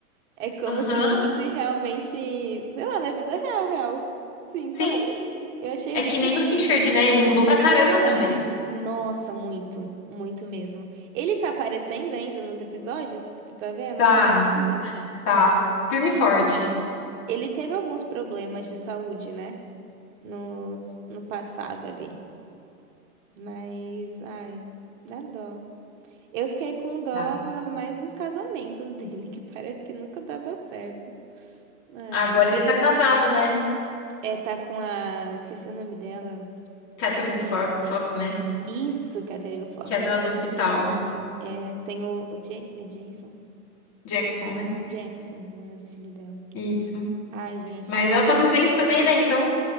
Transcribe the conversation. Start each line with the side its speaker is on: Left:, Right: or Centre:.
Right: É como
Left: Aham,
Right: se fosse realmente, sei lá, na vida real, real. Sim,
Left: sim.
Right: sabe? Eu achei
Left: É
Right: muito
Left: que nem o Richard,
Right: interessante.
Left: né? Ele mudou pra caramba também.
Right: Nossa, muito, muito mesmo. Ele tá aparecendo ainda nos episódios que tu tá vendo?
Left: Tá,
Right: Eu não
Left: menina.
Right: lembro.
Left: Tá. Firme e forte.
Right: Ele teve alguns problemas de saúde, né? No, no passado ali. Mas, ai, dá dó. Eu fiquei com dó
Left: Tá.
Right: mais dos casamentos <laughs> dele, que parece que nunca dava certo. Mas,
Left: Agora ele tá casado, né?
Right: é, tá com a. Esqueci o nome dela.
Left: Catherine Fo- Fox, né?
Right: Isso, Catherine Fox.
Left: Que é a dona do hospital.
Right: É, tem o, o Ja- é Jason?
Left: Jackson, né?
Right: Jackson, o nome do filho dela.
Left: Isso.
Right: Ai, gente,
Left: Mas
Right: mas.
Left: ela tá doente também, né? Então,